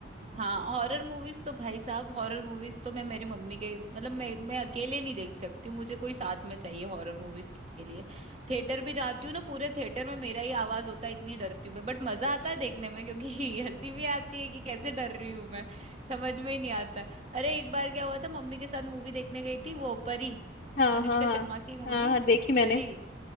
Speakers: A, on the right (about 30°); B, on the left (about 40°).
A: हाँ हॉरर मूवीज तो भाई साहब हॉरर मूवीज तो मैं मेरी मम्मी के मतलब मैं मैं अकेले नहीं देख सकती हूँ मुझे कोई साथ में चाहिए हॉरर मूवीज के लिए थिएटर भी जाती हूँ ना पूरे थिएटर में मेरा ही आवाज होता है इतनी डरती हूँ मैं बट मजा आता है देखने में क्योंकि <laughs> हंसी भी आती है कि कैसे डर रही हूँ मैं समझ में ही नहीं आता है। अरे एक बार क्या हुआ था मम्मी के साथ मूवी देखने गई थी वो परी
B: हाँ
A: अनुष्का
B: हाँ हाँ
A: शर्मा की मूवी
B: हाँ हाँ देखी मैंने
A: परी